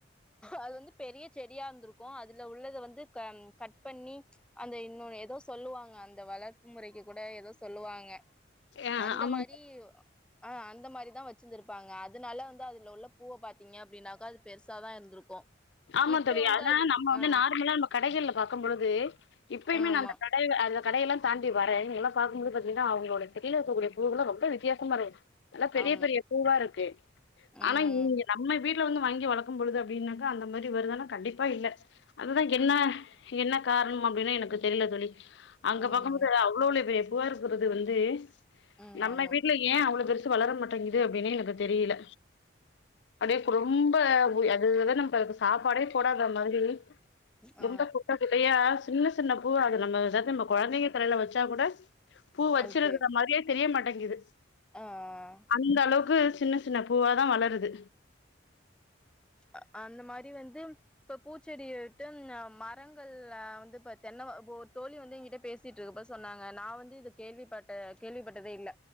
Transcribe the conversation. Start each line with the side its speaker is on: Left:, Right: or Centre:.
Centre: அது வந்து பெரிய செடியா இருந்திருக்கு அதுல உள்ளத வந்து க ம் கட் பண்ணி அந்த இன்னோனு எதோ சொல்லுவாங்க அந்த வளர்ப்பு மொறைக்கு கூட ஏதோ சொல்லுவாங்க
Left: ஆ
Centre: அந்த
Left: ஆமா
Centre: மாரி ஆஹ் அந்த மாரி தான் வச்சிந்திருப்பாங்க அதுனால வந்து அதுல உள்ள பூவ பாத்தீங்க அப்டின்னாக்கா அது பெருசாதா இருந்திருக்கு
Left: ஆமா
Centre: இப்ப
Left: தோழி
Centre: வந்து
Left: அதுனா
Centre: அது
Left: நம்ம வந்து
Centre: ஆ
Left: நாருமுலா நம்ம கடைகள்ல பாக்கம் பொழுது இப்பயுமே
Centre: ஆமா
Left: நா அந்த கடைல அதா கடையெல்லா தாண்டி வரே எல்லா பாக்குமோது பாத்திங்னா அவுங்களோட செடில இருக்க கூடிய பூவுலா ரொம்ப வித்யாசமா இருந்ச்சு நல்லா பெரிய
Centre: ஆமா
Left: பெரிய பூவா இருக்கு
Centre: ம்
Left: ஆனா இங் நம்ம வீ ட்ல வந்து வாங்கி வளக்கும்பொழுது அப்டின்ன தா அந்த மாரி வருதானா கண்டிப்பா இல்ல அதுதா என்னா என்ன கார்ணு அப்டினா எனக்கு தெர்ல தோழி அங்க
Centre: ம்
Left: பாக்கும்மோது அவுளோலே பெரிய பூவா இருக்குறது வந்து
Centre: ம்
Left: நம்ம
Centre: ஆமா
Left: வீட்ல ஏ அவ்ளோ பெருஸ் வளர மாட்டேங்குது அப்டின்னே எனக் அத் தெரியில அப்டியே ஃபுடு ரொம்ப உ அது இத தா நம் அதுக்கு சாப்பாடே போடாத மாதுரி
Centre: ஆ
Left: எந்த குட்ட குட்டயா சின்ன சின்ன பூ அது நம்ம எதாது நம்ம கொழந்தைங்க தலைல வச்சா கூட பூ வச்சிருக்குற
Centre: அது பேர்
Left: மாரியே தெரிய மாட்டேங் இரு
Centre: ஆ ஆ
Left: அந் அளவ்க்கு சின்ன சின்ன பூவாதா வளருது
Centre: அ அந்த மாரி வந்து இப்ப பூச்செடி விட்டு நா மரங்கள்ல வந்து இப்ப தென்ன வ போ ஒரு தோழி வந்து எங்கிட்ட பேசிட்ரூப சொன்னாங்க நா வந்து இத கேள்விப்பட்ட கேள்விப்பட்டதே இல்ல